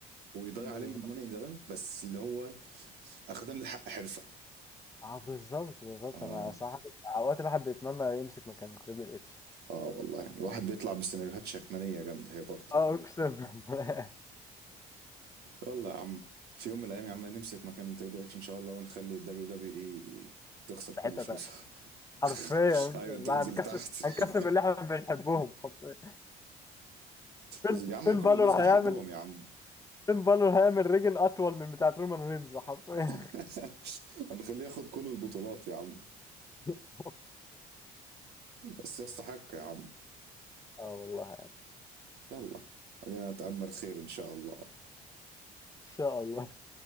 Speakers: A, on the right; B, on the left.
A: ويضيع
B: بالظبط
A: عليه الماني ذا بانك بس اللي هو اخدان الحق حرفه
B: اه بالظبط بالظبط
A: اه
B: انا صراحة اوقات الواحد بيتمنى يمسك مكان تريبل اتش
A: اه والله يعني الواحد بيطلع بسيناريوهات شكمانيه جامده هي برضه
B: اه اقسم بالله
A: يلا يا عم في يوم من الايام يا عم نمسك مكان تريبل اتش ان شاء الله ونخلي الدبليو دبليو اي
B: <laughs>
A: تخسر كل
B: في حتة
A: فلوسها
B: تانية حرفيا
A: <laughs> ايوه
B: لا
A: تنزل
B: هنكسر
A: تحت
B: هنكسر
A: <laughs>
B: اللي احنا بنحبهم حرفيا فين
A: يا عم
B: فين
A: كل
B: بالور
A: الناس بتحبهم
B: هيعمل
A: يا عم
B: فين بالور هيعمل ريجن اطول من بتاعت رومان رينز حرفيا
A: <laughs> هنخليه ياخد كل البطولات يا عم
B: <laughs>
A: بس يستحق يا عم
B: اه والله يعني.
A: يلا خلينا نتامل خير ان شاء الله
B: ان شاء الله